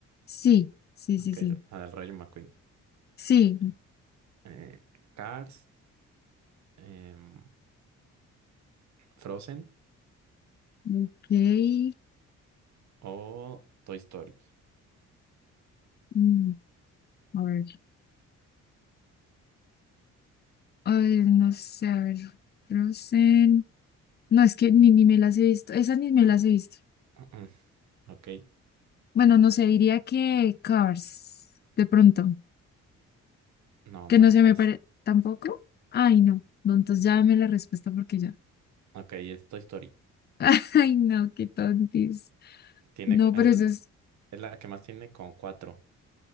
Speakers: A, on the left; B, on the right.
A: Sí, sí,
B: Ok,
A: sí, sí.
B: la del Rayo McQueen.
A: Sí,
B: Eh, eh, Cars, em, Frozen
A: ok.
B: o Toy Story.
A: mm, a ver, ay, no sé, a ver. Frozen. No, es que ni, ni me las he visto. Esas ni me las he visto.
B: <clears throat> Ok,
A: Bueno, no sé, diría que Cars, de pronto.
B: no,
A: Que
B: no
A: no
B: es
A: se
B: Cars.
A: me parece. ¿Tampoco? Ay, no. No, entonces ya dame la respuesta porque ya.
B: Ok, es Toy Story.
A: <laughs> Ay, no, qué tontis.
B: Tiene,
A: No,
B: cu-
A: pero
B: es,
A: eso es.
B: es la que más tiene con cuatro.